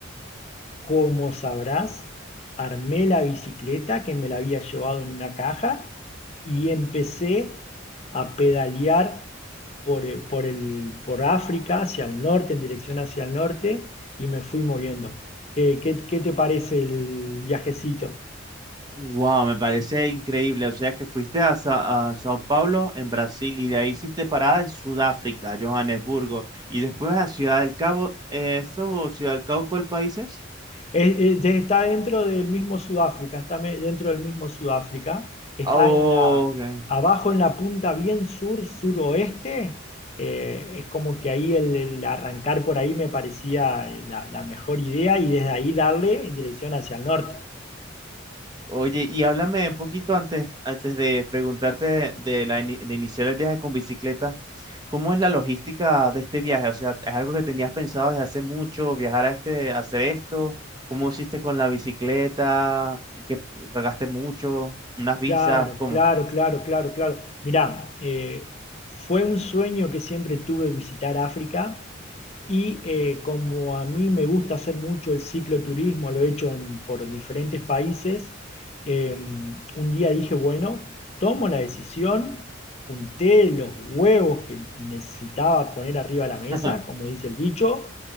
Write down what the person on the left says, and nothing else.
Como sabrás, armé la bicicleta que me la había llevado en una caja y empecé a pedalear por, eh, por el, por África, hacia el norte, en dirección hacia el norte, y me fui moviendo. ¿Qué, qué- qué te parece el viajecito?
Es- es- está dentro del mismo Sudáfrica, está me- dentro del mismo Sudáfrica, está
en la,
abajo en la punta bien sur, suroeste, eh, es como que ahí el, el arrancar por ahí me parecía eh, la, la mejor idea y desde ahí darle en dirección hacia el norte.
Claro,
claro, claro, claro, claro. Mirá, eh, fue un sueño que siempre tuve visitar África Y eh, como a mí me gusta hacer mucho el cicloturismo, lo he hecho en- por diferentes países, eh, un día dije, bueno, tomo la decisión, junté los huevos que necesitaba poner arriba de la mesa,
como dice el dicho,